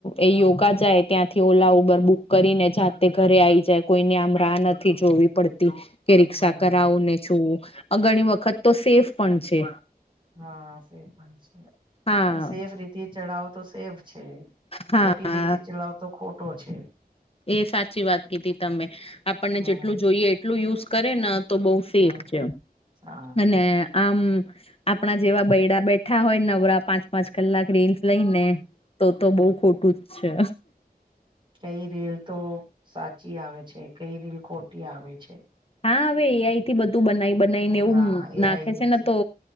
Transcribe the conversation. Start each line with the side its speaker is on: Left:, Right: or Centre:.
Left: એ યોગા જાય ત્યાંથી ઓલા ઉબર બુક કરીને જા તે ઘરે આવીઈ જાય કોઈને આમ રાહ નથી જોવી પડતી કે રી્ષા
Right: હા
Left: કરાવુંને ું ઘણી વખત તો સેફ પણ છે
Right: હા સેફ પણ છે
Left: હા
Right: પણ સેફ રીતે ચડાવો તો સેફ છે
Left: હા
Right: ખોટી રીતે ચલાવતો ખોટો છે
Left: એ સાચી વાત કીધી તમે આપણને
Right: હા
Left: જેટલું જોઈએ એટલું યુઝ કરે ને તો બહ સેફ
Right: હા
Left: છે
Right: હા
Left: અને આમ આપણા જેવા બૈડા બેઠા હોય નવરા પાંચ પાંચ કલાક રીલ્સ લઈને તો તો બઉ ખોટું જ છે
Right: કઈ રેલ તો સાચી આવે છે કઈ રેલ ખોટી આવે છે
Left: હા હવે એઈ થી બધું બનાવી બનાવીને એવું
Right: હા એ
Left: નાખે
Right: આઈની
Left: છે ને તો